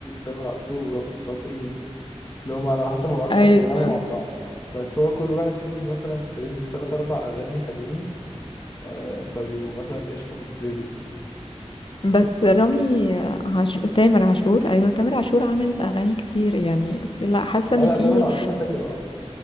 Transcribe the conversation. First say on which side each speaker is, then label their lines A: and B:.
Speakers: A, on the left (about 25°); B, on the left (about 45°).
A: تامر عاشور ورامي صبري اللي هم انا حتى ما بعرفش
B: ايوه
A: افرقهم عن بعض بس هو كل واحد فيهم ليه مثلا رينج تلات اربع اغاني حلوين آه فبيبقوا مثلا قشطه في البلاي ليست
B: بس رامي عاشور تامر عاشور ايوه تامر عاشور عامل اغاني كتير يعني في لا حاسه ان
A: اه لا
B: في
A: تامر عاشور حلو اه